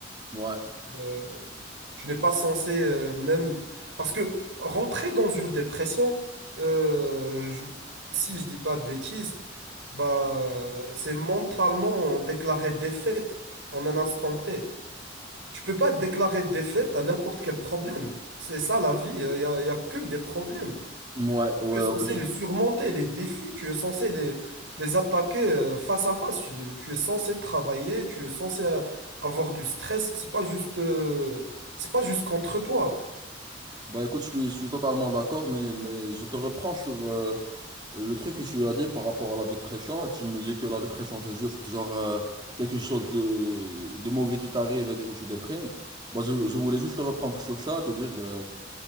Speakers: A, on the right (about 25°); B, on the right (about 75°).
A: Ouais.
B: Euh, Tu n'es pas censé euh, même... Parce que rentrer dans une dépression, euh, je- si je dis pas de bêtises, bah, euh, c'est mentalement déclarer défaite en un instant T. Tu peux pas déclarer défaite à n'importe quel problème. C'est ça la vie, il n'y a, y a que des problèmes.
A: Ouais, ouais,
B: Tu es censé
A: ouais, je-
B: les surmonter, les défis, tu es censé les, les attaquer euh, face à face. Tu, tu es censé travailler, tu es censé euh, avoir du stress. C'est pas juste, euh, c'est pas juste contre toi.
A: Bah écoute, je suis, je suis totalement d'accord, mais, mais je te reprends sur, euh, Euh, Le truc que tu as dit par rapport à la dépression, tu me dis que la dépression c'est juste genre euh, quelque chose de, de mauvais qui t'arrive et du coup tu déprimes. Moi je, je voulais juste te reprendre sur ça, te dire euh,